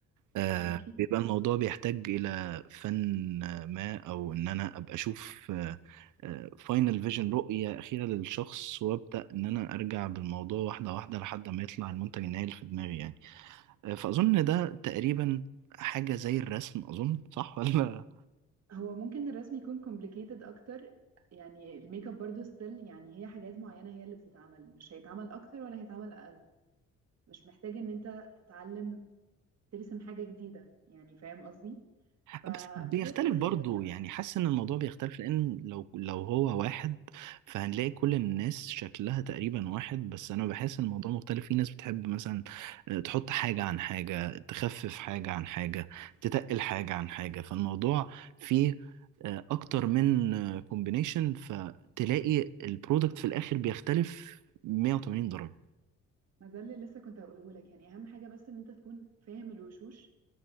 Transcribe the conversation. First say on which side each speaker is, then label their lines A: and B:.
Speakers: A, on the right; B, on the right.
A: آه
B: آه، أكيد
A: بيبقى الموضوع بيحتاج إلى فن آه، ما أو إن أنا أبقى أشوف فاينل فيجن رؤية أخيرة للشخص وأبدأ إن أنا أرجع بالموضوع واحدة واحدة لحد ما يطلع المنتج النهائي اللي في دماغي يعني آه، فأظن ده تقريبا حاجة زي الرسم أظن صح ولا
B: هو ممكن الرسم يكون complicated أكتر يعني الميك اب برضو ستيل يعني هي حاجات معينة هي اللي بتتعمل مش هيتعمل أكتر ولا هيتعمل أقل مش محتاج إن أنت تتعلم ترسم حاجة جديدة يعني فاهم قصدي فهي
A: بس بيختلف
B: كل
A: برضو
B: الفكرة
A: يعني حاسس ان الموضوع بيختلف لان لو لو هو واحد فهنلاقي كل الناس شكلها تقريبا واحد بس انا بحس ان الموضوع مختلف في ناس بتحب مثلا آه، تحط حاجة عن حاجة تخفف حاجة عن حاجة تتقل حاجة عن حاجة فالموضوع فيه آه، اكتر من كومبينيشن فتلاقي البرودكت في الاخر بيختلف 180 درجة
B: ما ده اللي لسه كنت هقوله لك يعني أهم حاجة بس إن أنت تكون فاهم الوشوش